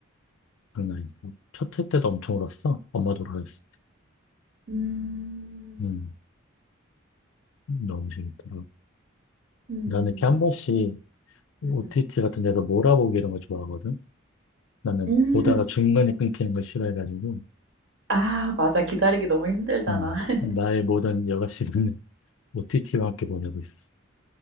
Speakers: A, on the left; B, on the right.
A: 장난 아니고. 첫회 때도 엄청 울었어. 엄마 돌아가셨을
B: 음,
A: 때. 음, 너무 재밌더라고.
B: 음,
A: 나는 이렇게 한 번씩 OTT
B: 음, 음.
A: 같은 데서 몰아보기 이런 거 좋아하거든. 나는
B: 음.
A: 보다가 중간에 끊기는 걸 싫어해가지고.
B: 아, 맞아. 기다리기 너무 힘들잖아.
A: 음,
B: <laughs>
A: 나의 모든 여가 시간을 OTT와 <laughs> 함께 보내고 있어.